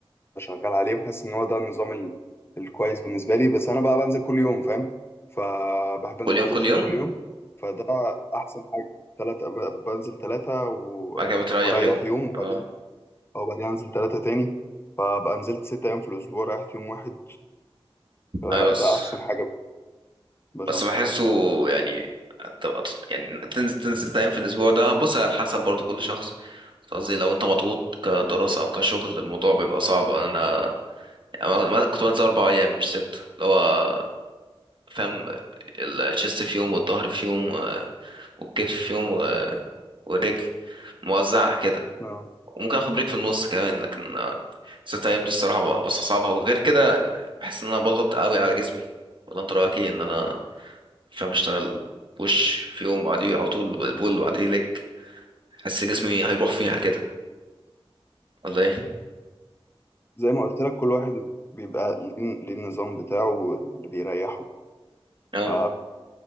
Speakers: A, on the left (about 25°); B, on the right (about 55°).
A: شغال عليه وحاسس ان هو ده النظام ال... الكويس بالنسبه لي بس انا بقى بنزل كل يوم فاهم فبحب انزل
B: كل يوم كل
A: جيم
B: يوم
A: كل يوم فده احسن حاجه ثلاثة بنزل ثلاثة و...
B: بعد كده بتريح
A: وريح
B: يوم
A: يوم
B: اه
A: أو بعدين أنزل تلاتة تاني فبقى نزلت ست أيام في الأسبوع ريحت يوم واحد فده
B: ايوه بس
A: أحسن حاجة بشوفها
B: بس بحسه يعني هتبقى تط- يعني تنزل تنزل تايم في الاسبوع ده بص على حسب برضو كل شخص قصدي لو انت مضغوط كدراسة او كشغل الموضوع بيبقى صعب انا أنا ما- ما- كنت بنزل اربع ايام مش ست اللي هو فاهم الشيست في يوم والظهر في يوم و- والكتف في يوم و- والرجل موزعها كده
A: آه.
B: وممكن اخد بريك في النص كمان لكن آه، ست ايام دي الصراحه ب- بستصعبها وغير كده بحس ان انا بضغط قوي على جسمي ولا انت رايك ايه ان انا فاهم اشتغل بوش في يوم بعديه على طول بول وبعديه ليج حس جسمي هيروح فيها كده ولا ايه
A: زي ما قلت لك كل واحد بيبقى ليه ليه النظام بتاعه اللي بيريحه
B: اه
A: ف...